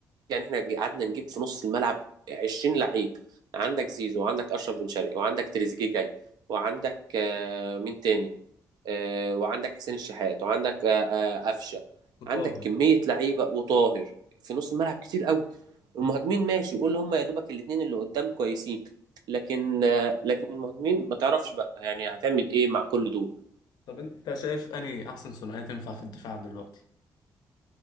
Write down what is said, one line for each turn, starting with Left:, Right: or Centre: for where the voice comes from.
Right: يعني احنا ج- قعدنا نجيب في نص الملعب 20 لعيب عندك زيزو وعندك اشرف بن شرقي وعندك تريزيجيه جاي وعندك آه، مين تاني آه، وعندك حسين الشحات وعندك آه، آه، قفشه
Left: وطاهر
Right: عندك كميه لعيبه وطاهر في نص الملعب كتير قوي المهاجمين ماشي قول هم يا دوبك الاثنين اللي قدام كويسين لكن آه، لكن المهاجمين ما تعرفش بقى يعني هتعمل ايه مع كل دول
Left: طب انت شايف انهي احسن ثنائيه تنفع في الدفاع دلوقتي